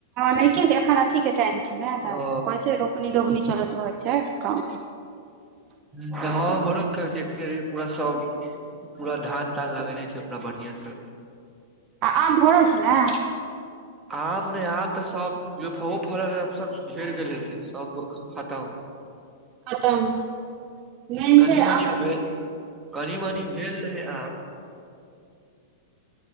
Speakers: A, on the right; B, on the right.
A: ने एखना क टाइम छै ने तऽ
B: ओ
A: कहै छै <unintelligible> रग्नी चरत हो छै क
B: हँ हमरो के देखने रहहि पूरा सब पूरा धान तान लगेने छै पूरा बढ़िया से
A: आम फरल छला।
B: आम ने आब तऽ सब ज फ फड़ल रह आब सब झड़ गेल हेतै सब खतम
A: खतम मेन
B: कनि
A: छै
B: मनी
A: आम हूँ
B: भऽ कनी मनी भेल आ